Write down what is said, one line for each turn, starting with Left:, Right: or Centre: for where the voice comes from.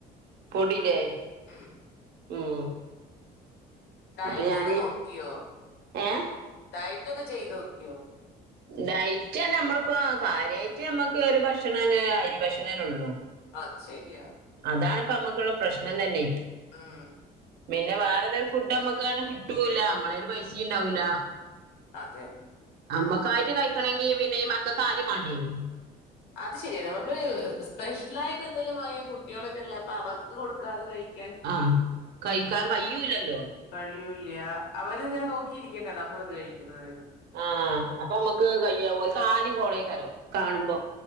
Right: പൊടയില്ലേ
Left: ഉം
Right: ഉം
Left: ഡയറ്റൊക്കെ
Right: അപ്പൊ ഞാന്
Left: നോക്കിയോ
Right: ഏഹ്
Left: ഡയറ്റൊക്കെ ചെയ്ത് നോക്കിയോ
Right: ഡൈറ്റ്റഞ്ഞാ നമ്മളിപ്പോ കാര്യയായിട്ട് നമ്മക്ക് ഒരു ഭക്ഷണല്ലെ അരി ഭക്ഷണല്ലേ ഉള്ളൂ
Left: ആഹ ശരിയ.
Right: അതാണിപ്പ ഞാമ്മക്കുള്ള പ്രശ്നം തന്നെ.
Left: ഉം..
Right: പിന്നെ വേറെന്തേരു ഫുഡ് നമ്മുക്കങ്ങനെ കിട്ടൂല്ല, നമ്മളെല് പൈസയും ഉണ്ടാവൂല.
Left: അതെ
Right: അമ്മക്കായിട്ട് കഴിക്കണെങ്കിൽ പിന്നെ ഈ മക്കക്കാദ്യം മാണ്ടെരും
Left: അത് ശരിയാണ് നമ്മള് സ്പെഷ്യലായിട്ട് എന്തേലും വാങ്ങിയ കുട്ടികളൊക്കെഉള്ള അപ്പൊ അവർക്ക് കൊടുക്കാതെ കഴിക്കാ
Right: ആഹ കഴിക്കാൻ കയ്യൂലല്ലോ
Left: കഴിയൂല്ല അവരിങ്ങനെ നോക്കിയിരിക്കണ്ടെ നമ്മളിത് കഴിക്കുന്ന നേരത്ത്
Right: ആഹ അപ്പൊ നമ്മുക്ക് കയ്യാവോ ആദ്യം ഓല്ക് കോളേക്കരും കാണുമ്പോ